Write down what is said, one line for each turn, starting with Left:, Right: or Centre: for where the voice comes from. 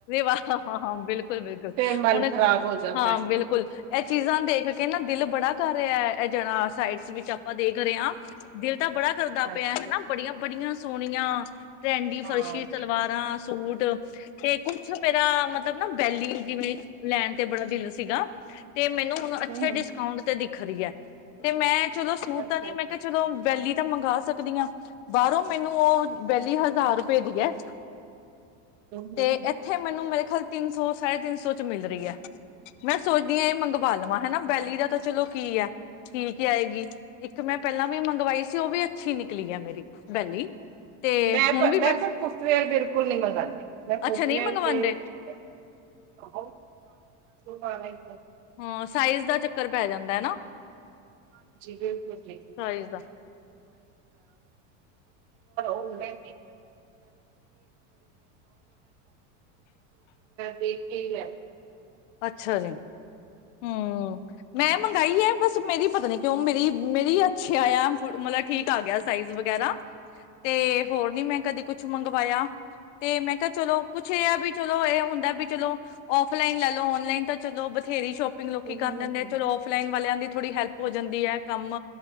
Left: ਵਾ ਹਾਂ ਹਾਂ ਬਿਲਕੁਲ ਬਿਲਕੁਲ
Right: ਫਿਰ ਮਨ
Left: ਹੁਣ
Right: ਖ਼ਰਾਬ ਹੋ ਜਾਂਦਾ
Left: ਹਾਂ
Right: ਹੈ।
Left: ਬਿਲਕੁਲ ਇਹ ਚੀਜ਼ਾਂ ਦੇਖ ਕੇ ਨਾ ਦਿਲ ਬੜਾ ਕਰ ਇਹ ਜਣਾ ਸਾਈਡਸ ਵਿੱਚ ਆਪਾਂ ਦੇਖ ਰਹੇ ਹਾਂ ਦਿਲ ਤਾਂ ਬੜਾ ਕਰਦਾ
Right: ਹਾਂਜੀ
Left: ਪਿਆ ਹਨਾ ਬੜੀਆਂ ਬੜੀਆਂ ਸੋਹਣੀਆਂ ਟਰੈਂਡੀ
Right: ਹਾਂ
Left: ਫਰਸ਼ੀ ਸਲਵਾਰਾਂ ਸੂਟ ਤੇ ਕੁਛ ਮੇਰਾ ਮਤਲਬ ਨਾ ਵੈਲੀ ਜੀਵੇੇਰੀ ਲੈਣ ਤੇ ਬੜਾ ਦਿਲ ਸੀਗਾ ਤੇ ਮੈਨੂੰ ਹੁਣ ਅੱਛੇ
Right: ਹੂੰ
Left: ਡਿਸਕਾਊਂਟ
Right: ਹੂੰ
Left: ਤੇ ਦੇ ਖਰੀ ਹੈ ਤੇ ਮੈਂ ਚਲੋ ਸੂਪ
Right: ਅੱਛਾ
Left: ਤਾਂ ਨੀ
Right: ਅੱਛਾ
Left: ਮੈਂ ਕਿਹਾ ਚਲੋ ਵੈਲੀ ਤਾਂ ਮੰਗਵਾ ਸਕਦੀ ਹਾਂ ਬਾਹਰੋਂ ਮੈਨੂੰ ਉਹ ਵਹਿਲੀ ਹਜ਼ਾਰ ਰੁਪਏ ਦੀ ਹੈ
Right: ਹੂੰ ਹੂੰ
Left: ਤੇ ਇੱਥੇ ਮੈਨੂੰ ਮੇਰੇ ਖੱਲ ਤਿੰਨ ਸੌ ਸਾਢੇ ਤਿੰਨ ਸੌ ਚ ਮਿਲ ਰਹੀ ਹੈ ਮੈਂ ਸੋਚਦੀ ਹਾਂ ਇਹ ਮੰਗਵਾ ਲਵਾਂ ਹਨਾ ਬੈਲੀ ਦਾ ਤਾਂ ਚਲੋ ਕੀ ਹੈ ਕੀ ਕੀ ਆਏਗੀ ਇੱਕ ਮੈਂ ਪਹਿਲਾਂ ਵੀ ਮੰਗਵਾਈ ਸੀ ਉਹ ਵੀ ਅੱਛੀ ਨਿਕਲੀ ਹੈ ਮੇਰੀ ਬੈਲੀ ਤੇ
Right: ਮੈਂ
Left: ਹੁਣ
Right: ਤਾਂ
Left: ਵੀ
Right: ਮੈਂ ਤਾਂ ਪੁਸਵੈ ਬਿਲਕੁਲ ਨਹੀਂ ਮਿਲਗਾਉਂਦੀ ਨਾ ਫੋਟੂ
Left: ਅੱਛਾ ਨਹੀਂ
Right: ਤੇ
Left: ਮੰਗਵਾਉਂਦੇ
Right: ਵਿਚ ਤੇ ਜੂਤੇ <inaudible> <unintelligible> ਓਹ ਭਾਵੇਂ
Left: ਹਾਂ ਸਾਈਜ਼ ਦਾ ਚੱਕਰ ਪੈ ਜਾਂਦਾ ਹੈ ਨਾ
Right: ਬਿਲਕੁਲ ਬਿਲਕੁਲ
Left: ਸਾਈਜ਼ ਦਾ
Right: <unintelligible> ਫਿਰ ਮੈਂ ਦੇਖ ਕੇ ਹੀ ਲੈਨੀ ਹਾ
Left: ਅੱਛਾ ਜੀ ਹਮ ਮੈਂ ਮੰਗਾਈ ਹੈ ਬਸ ਮੇਰੀ ਪਤਾ ਨੀ ਕਿਉਂ ਮੇਰੀ ਮੇਰੀ ਅੱਛੇ ਆ ਮਤਲਬ ਠੀਕ ਆ ਗਿਆ ਸਾਈਜ਼ ਵਗੈਰਾ ਤੇ ਹੋਰ ਨੀ ਮੈਂ ਕਦੀ ਕੁਛ ਕੁ ਮੰਗਵਾਇਆ ਤੇ ਮੈਂ ਕਿਹਾ ਚਲੋ ਕੁਛ ਇਹ ਆ ਵੀ ਚਲੋ ਇਹ ਹੁੰਦਾ ਵੀ ਚਲੋ ਔਫਲਾਈਨ ਲੈ ਔਨਲਾਈਨ ਤਾਂ ਚਲੋ ਬਥੇਰੀ ਸ਼ੋਪ
Right: ਹਾਂਜੀ
Left: ਲੋਕੀ ਕਰ ਦਦੇ ਆ ਚਲੋ ਔਫਲਾਈਨ ਵਾਲਿਆਂ ਦੀ ਥੋੜੀ ਹੈਲਪ ਹੋ ਜਾਂਦੀ ਹੈ ਕੰਮ